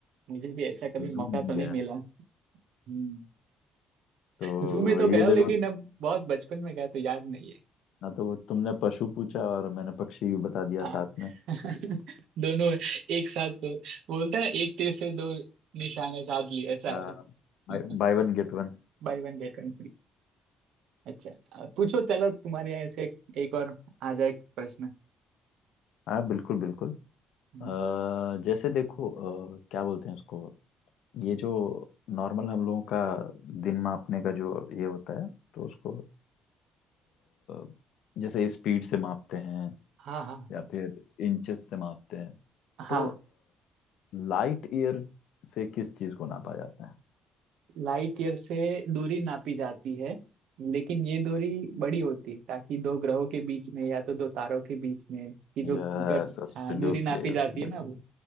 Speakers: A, on the right; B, on the left.
A: मुझे भी ऐसा कभी
B: जू
A: मौका
B: नहीं
A: तो नहीं
B: गया
A: मिला हम्म
B: तो
A: जू में तो
B: ये
A: गया हूँ
B: देखो
A: लेकिन अब बहुत बचपन में गया तो याद नहीं है
B: ना तो वो तुमने पशु पूछा और मैंने पक्षी भी बता दिया
A: हाँ
B: साथ में
A: <laughs> दोनों एक साथ तो बोलते हैं ना एक तीर से दो निशाने साध लिए ऐसा है
B: आ,
A: <laughs>
B: बाय वन गेट वन
A: Bye one get one free अच्छा अ, पूछो चलो तुम्हारे यहाँ से एक, एक और आ जाए प्रश्न
B: हाँ बिल्कुल बिल्कुल
A: हम्म,
B: आ, जैसे देखो आ, क्या बोलते हैं उसको ये जो नॉर्मल हम लोगों का दिन मापने का जो ये होता है तो उसको अ, जैसे स्पीड से मापते हैं
A: हाँ हाँ
B: या फिर इंचेस से मापते हैं
A: हाँ
B: तो लाइट ईयर से किस चीज को नापा जाता है
A: लाइट ईयर से दूरी नापी जाती है लेकिन ये दूरी बड़ी होती है ताकि दो ग्रहों के बीच में या तो दो तारों के बीच में की जो
B: Yes
A: गत
B: absolutely
A: हाँ दूरी नापी जाती
B: absolutely
A: है ना वो